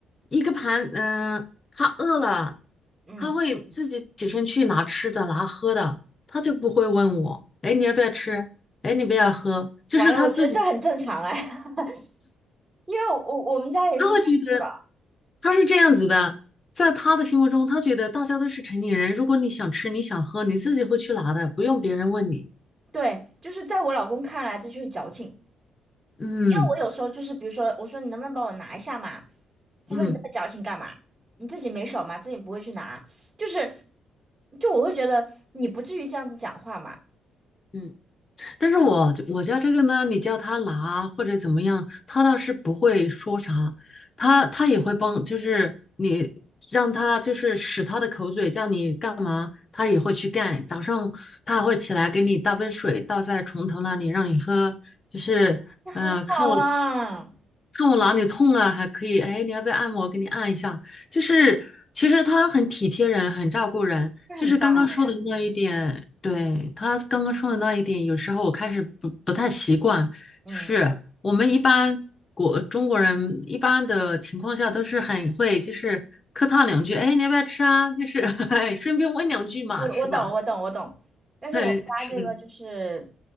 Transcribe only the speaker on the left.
一个盘，嗯、他饿了，
他会自己起身去拿吃的拿喝的，他就不会问我，哎，你要不要吃？哎，你不要喝，就是他自己，
他会觉得他是这样子的，在他的心目中，他觉得大家都是成年人，如果你想吃，你想喝，你自己会去拿的，不用别人问你。
嗯
嗯
嗯，但是我我家这个呢，你叫他拿或者怎么样，他倒是不会说啥，他他也会帮，就是你让他就是使他的口嘴叫你干嘛，他也会去干。早上他还会起来给你倒杯水，倒在床头那里让你喝，就是嗯、
呃看我看我哪里痛了，还可以，哎，你要不要按摩？给你按一下。就是其实他很体贴人，很照顾人。
就是刚刚说的那一点，对，他刚刚说的那一点，有时候我开始不不太习惯。
就是我们一般国中国人一般的情况下都是很会，就是客套两句，哎，你要不要吃啊？就是 <laughs> 哎，顺便问两句嘛，
是吧？
<laughs>
对，是的。